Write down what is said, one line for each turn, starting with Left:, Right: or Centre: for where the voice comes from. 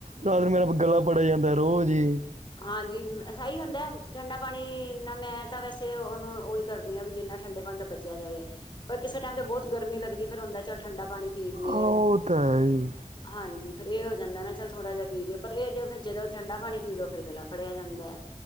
Right: ਰਾਤ ਨੂੰ ਮੇਰਾ ਗਲਾ ਫੜਿਆ ਜਾਂਦਾ ਐ, ਰੋਜ਼ ਈ।
Left: ਹਾਂਜੀ। ਸਹੀ ਹੁੰਦਾ ਐ। ਠੰਡਾ ਪਾਣੀ ਨਾ, ਮੈਂ ਤਾਂ ਵੈਸੇ ਉਹਨੂੰ ਓ ਈ ਕਰਦੀ ਆ ਵੀ, ਜਿੰਨਾ ਠੰਡੇ ਪਾਣੀ ਤੋਂ ਬਚਿਆ ਜਾਵੇ, ਪਰ ਕਿਸੇ ਟਾਈਮ 'ਤੇ ਬਹੁਤ ਗਰਮੀ ਲੱਗਦੀ, ਫੇਰ ਹੁੰਦਾ ਚਲ, ਠੰਡਾ ਪਾਣੀ ਪੀ ਲਿਏ।
Right: ਆਹ ਉਹ ਤਾਂ ਹੈ ਹੀ
Left: ਹਾਂਜੀ। ਫੇਰ ਇਹ ਹੋ ਜਾਂਦਾ ਨਾ, ਚੱਲ ਥੋੜ੍ਹਾ ਜਿਹਾ ਪੀ ਲਿਏ। ਪਰ ਇਹ ਜੇ, ਜਦੋਂ ਠੰਡਾ ਪਾਣੀ ਪੀ ਲੋ ਫੇਰ ਗਲਾ ਫੜਿਆ ਜਾਂਦਾ ਐ,